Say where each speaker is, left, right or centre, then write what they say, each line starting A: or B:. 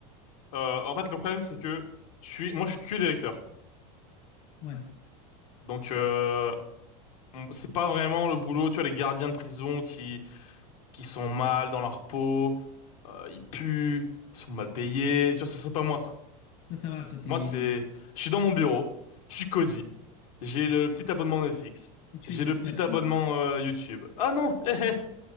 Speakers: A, on the left; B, on the left.
A: euh, en fait, le problème c'est que je suis, moi, je suis que directeur.
B: Ouais.
A: Donc, euh, on- c'est pas vraiment le boulot. Tu vois, les gardiens de prison qui qui sont mal dans leur peau, euh, ils puent, ils sont mal payés. Tu vois, ça c'est pas moi ça.
B: Toi ça va, toi t'es...
A: Moi, c'est, je suis dans mon bureau, je suis cosy, j'ai le petit abonnement Netflix,
B: Et tu
A: j'ai
B: fais des
A: le
B: petits
A: petit
B: papiers,
A: abonnement
B: quoi.
A: euh, YouTube. Ah non, <laughs> hé, hé,